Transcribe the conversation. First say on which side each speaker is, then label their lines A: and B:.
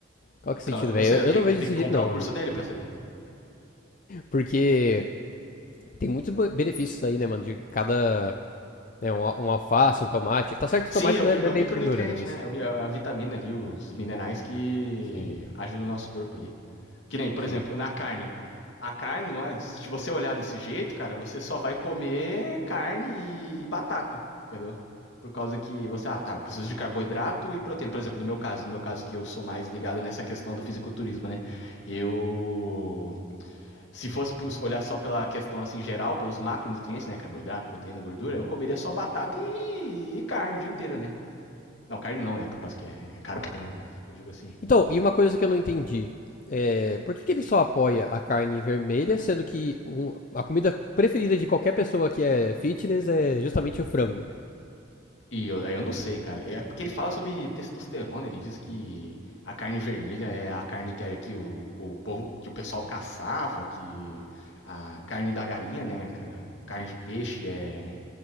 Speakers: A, on the left; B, on the left.
A: Qual que
B: Então,
A: é o sentido,
B: eu
A: velho?
B: não sei, eu
A: Eu,
B: tenho
A: eu não vejo
B: que, tenho
A: desse
B: que
A: jeito,
B: comprar
A: não,
B: o curso
A: né?
B: dele para saber.
A: Porque tem muitos bo- benefícios aí, né, mano? De cada. Né, um, al- um alface, um tomate. Tá certo que
B: Sim,
A: o tomate
B: é o,
A: não é, não
B: é o
A: é bem
B: micronutriente,
A: verdura, né? Mas.
B: né? É é a vitamina ali, os minerais que
A: Sim,
B: ajudam o nosso corpo ali. Que nem, por
A: sim.
B: exemplo, na carne. A carne, não é? Se você olhar desse jeito, cara, você só vai comer carne e batata, entendeu? Por causa que você, ah, tá, eu preciso de carboidrato e proteína. Por exemplo, no meu caso, no meu caso que eu sou mais ligado nessa questão do fisiculturismo, né? Eu. Se fosse olhar só pela questão assim geral, pelos macronutrientes, né? Carboidrato, proteína, gordura, eu comeria só batata e, e carne o dia inteiro, né? Não, carne não, né? Por causa que é, é caro pra caramba, mas eu digo assim.
A: Então, e uma coisa que eu não entendi. É, por que que ele só apoia a carne vermelha, sendo que um- a comida preferida de qualquer pessoa que é fitness é justamente o frango?
B: E eu, aí eu não sei, cara. É porque ele fala sobre testosterona, ele diz que a carne vermelha é a carne que, é, que o, o povo, que o pessoal caçava, que a carne da galinha, né, cara, carne de peixe é